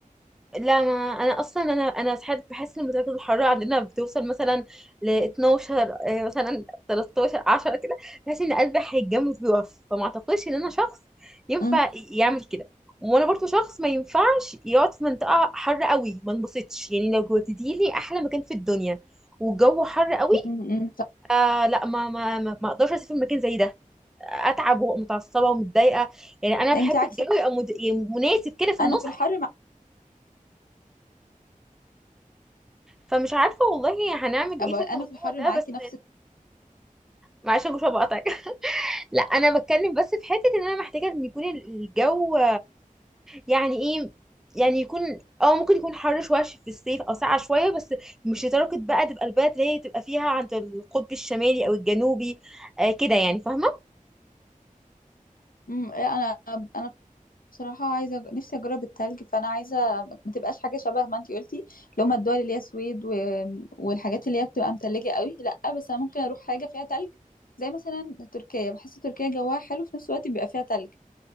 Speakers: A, in the centre; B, on the left.
A: لا ما انا اصلا انا انا ساعات بحس ان درجه الحراره عندنا بتوصل مثلا ل 12 آه، مثلا 13 10 كده بحس ان قلبي هيتجمد ويقف فما اعتقدش ان انا شخص ينفع
B: امم
A: يعمل كده وانا برضو شخص ما ينفعش يقعد في منطقه حر قوي ما انبسطش يعني لو جوتتي لي احلى مكان في الدنيا والجو حر قوي
B: امم
A: آه لا ما ما ما ما اقدرش اسافر مكان زي ده اتعب ومتعصبه ومتضايقه يعني انا
B: انت
A: بحب
B: عكس
A: الجو يبقى مد- يعني مناسب كده في النص
B: انا في الحر مع
A: فمش عارفة والله هنعمل ايه
B: أبقى
A: في
B: انا
A: الموضوع
B: في الحر
A: ده
B: معاكي
A: بس
B: نفس
A: معلش يا جوشة بقطعك <laughs> لا انا بتكلم بس في حتة ان انا محتاجة ان يكون الجو يعني ايه يعني يكون اه ممكن يكون حر شوية في الصيف او ساقعة شوية بس مش لدرجة بقى تبقى البلد اللي هي تبقى فيها عند القطب الشمالي او الجنوبي آه كده يعني فاهمة
B: مم، انا انا بصراحة عايزة نفسي أجرب التلج فأنا عايزة ما تبقاش حاجة شبه ما انتي قلتي اللي هما الدول اللي هي السويد و... والحاجات اللي هي بتبقى متلجة قوي لأ بس أنا ممكن أروح حاجة فيها تلج زي مثلا تركيا بحس تركيا جواها حلو في نفس الوقت بيبقى فيها تلج